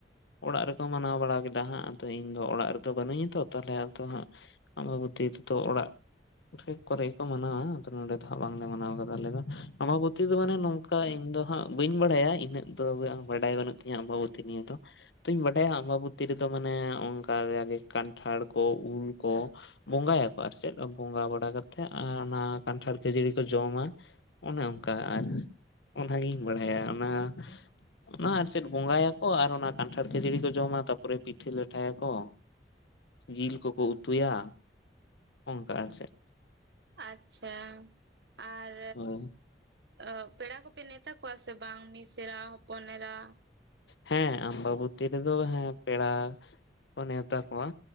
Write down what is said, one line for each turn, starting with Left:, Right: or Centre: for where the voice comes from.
Left: ᱚᱲᱟᱜ ᱨᱮᱠᱚ ᱢᱟᱱᱟᱣ ᱵᱟᱲᱟ ᱠᱮᱫᱟ ᱦᱟᱸᱜ ᱟᱫᱚ ᱤᱧ ᱫᱚ ᱚᱲᱟᱜ ᱨᱮᱫᱚ ᱵᱟᱹᱱᱩᱜᱤᱧᱟ ᱛᱚ ᱛᱟᱞᱦᱮ ᱟᱫᱚ ᱦᱟᱸᱜ ᱟᱢᱵᱟᱵᱩᱛᱤ ᱛᱮᱫᱚ ᱚᱲᱟᱜ ᱩᱛᱷᱟᱹᱜ ᱠᱚᱨᱮ ᱜᱮᱠᱚ ᱢᱟᱱᱟᱣᱟ ᱟᱫᱚ ᱱᱚᱰᱮ ᱫᱚ ᱦᱟᱸᱜ ᱵᱟᱝᱞᱮ ᱢᱟᱱᱟᱣ ᱠᱟᱫᱟ ᱟᱞᱮ ᱫᱚ ᱟᱢᱵᱟᱵᱚᱛᱤ ᱫᱚ ᱢᱟᱱᱮ ᱱᱚᱝᱠᱟ ᱤᱧ ᱫᱚ ᱦᱟᱸᱜ ᱵᱟᱹᱧ ᱵᱟᱲᱟᱭᱟ ᱤᱱᱟᱹᱜ ᱫᱚ ᱵᱟᱝ ᱵᱟᱰᱟᱭ ᱵᱟᱹᱱᱩᱜ ᱛᱤᱧᱟ ᱟᱢᱵᱟᱵᱚᱛᱤ ᱱᱤᱭᱟᱹᱫᱚ᱾ ᱛᱚᱧ ᱵᱟᱰᱟᱭᱟ ᱟᱢᱵᱟᱵᱚᱛᱤ ᱨᱮᱫᱚ ᱢᱟᱱᱮ ᱚᱱᱠᱟ ᱡᱟᱜᱮ ᱠᱟᱱᱴᱷᱟᱲ ᱠᱚ, ᱩᱞ ᱠᱚ, ᱵᱚᱸᱜᱟ ᱭᱟᱠᱚ ᱟᱨ ᱪᱮᱫ ᱵᱚᱸᱜᱟ ᱵᱟᱲᱟ ᱠᱟᱛᱮᱜ ᱟᱨ ᱚᱱᱟ ᱠᱟᱱᱴᱷᱟᱲ ᱠᱷᱟᱹᱡᱟᱹᱲᱤ ᱠᱚ ᱡᱚᱢᱟ ᱚᱱᱮ ᱚᱱᱠᱟ ᱟᱨ ᱚᱱᱟ ᱜᱤᱧ ᱵᱟᱲᱟᱭᱟ ᱚᱱᱟ᱾ ᱚᱱᱟ ᱟᱨ ᱪᱮᱫ ᱵᱚᱸᱜᱟ ᱭᱟᱠᱚ ᱟᱨ ᱚᱱᱟ ᱠᱟᱱᱴᱷᱟᱲ ᱠᱷᱟᱹᱡᱟᱹᱲᱤ ᱠᱚ ᱡᱚᱢᱟ ᱛᱟᱨᱯᱚᱨᱮ ᱯᱤᱴᱷᱟᱹ ᱞᱟᱴᱷᱟ ᱭᱟᱠᱚ᱾ ᱡᱤᱞ ᱠᱚᱠᱚ ᱩᱛᱩᱭᱟ᱾ ᱠᱟ‌ ᱟᱨ ᱪᱮᱫ?
Right: ᱟᱪᱪᱷᱟᱸ ᱟᱨ
Left: ᱦᱳᱭ
Right: ᱚᱻ ᱯᱮᱲᱟ ᱠᱚᱯᱮ ᱱᱮᱶᱛᱟ ᱠᱚᱣᱟ ᱥᱮ ᱵᱟᱝ ᱢᱤᱥ ᱮᱨᱟ, ᱦᱚᱯᱚᱱ ᱮᱨᱟ,
Left: ᱦᱮᱸ ᱟᱢᱵᱟᱵᱚᱛᱤ ᱨᱮᱫᱚ ᱦᱮᱸ ᱯᱮᱲᱟ ᱠᱚ ᱱᱮᱣᱛᱟ ᱠᱚᱣᱟ᱾